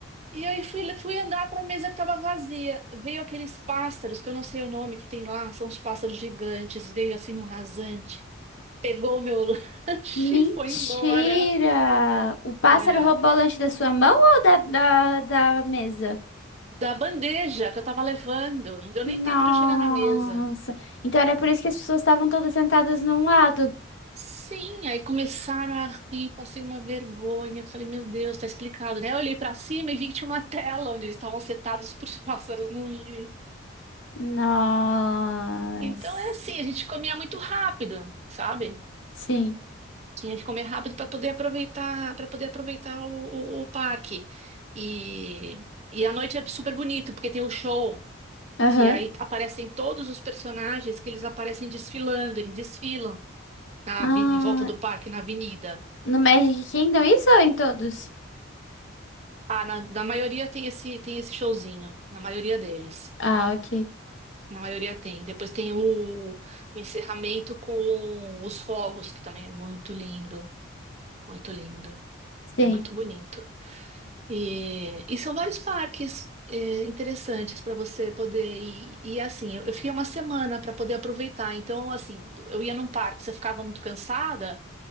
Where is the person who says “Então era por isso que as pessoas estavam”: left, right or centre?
Left